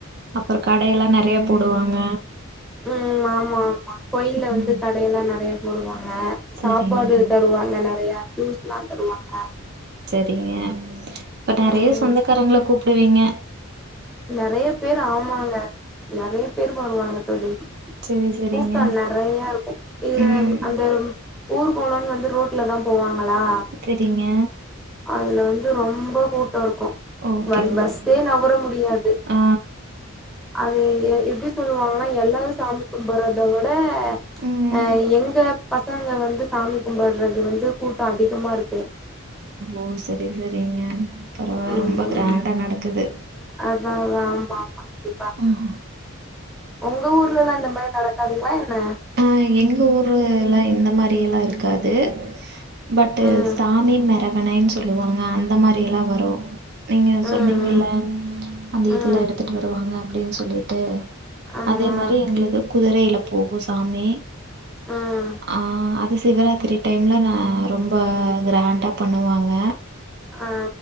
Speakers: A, on the right; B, in the centre.
A: அப்ற கடயெல்லா நெறையா போடுவாங்க
B: ம் ஆமா ஆமா கோயில்ல வந்து
A: ம்
B: கடையெல்லா நெறையா போடுவாங்க
A: சரிங்க
B: சாப்பாடு
A: தோ
B: தருவாங்க நெறையா ஜூஸ்லா தருவாங்க
A: செரிங்க அப்ப நெறைய
B: ம்
A: சொந்தக்காரங்கள கூப்டுவீங்க
B: நெறைய பேர் ஆமாங்க நெறைய பேர் வருவாங்க தோழி
A: சரி சரிங்க
B: கூட்ட நெறையா இருக்கு இதுல
A: ம்
B: அந்த ஊர்கோலனு வந்து ரோட்ல தா போவாங்களா
A: தெரிங்க
B: அதுல வந்து ரொம்ப கூட்ட இருக்கு
A: ஓகே
B: வன் பஸ்ஸே
A: ஓகே
B: நவுர முடியாது
A: ஆ
B: அது எ எப்டி சொல்லுவாங்கனா எல்லாரு சாமி கும்புட்றத விட
A: ம்
B: அ அ எங்க பசங்க வந்து சாமி கும்புட்றது வந்து கூட்ட அதிகமா இருக்
A: ஓ செரி செரிங்க பரவால்ல
B: ம்
A: ரொம்ப கிராண்டா நடக்குது
B: அதா அதா ஆமாம்மா கண்டிப்பா
A: ம்
B: ஒங்க ஊர்லலா இந்த மாரி நடக்காதுங்ளா என்ன
A: ஆ எங்க ஊர்லலா இந்த மாரியெல்லா இருக்காது பட்டு்
B: ம்
A: சாமி மரவனைன் சொல்லுவாங்க அந்த மாரி எல்லா வரு நீங்க சொன்னீங்கல
B: ம்
A: அந்த
B: ம்
A: இதுல
B: ம்
A: எடுத்துட்டு வருவாங்க அப்டினு சொல்லிட்டு
B: ஆமா
A: அதே மாரி எங்களுக்கு குதிரைல போகு சாமி
B: ம்
A: ஆ அது சிவராத்ரி டைம்ல நா ரொம்ப கிராண்டா பண்ணுவாங்க
B: ஆ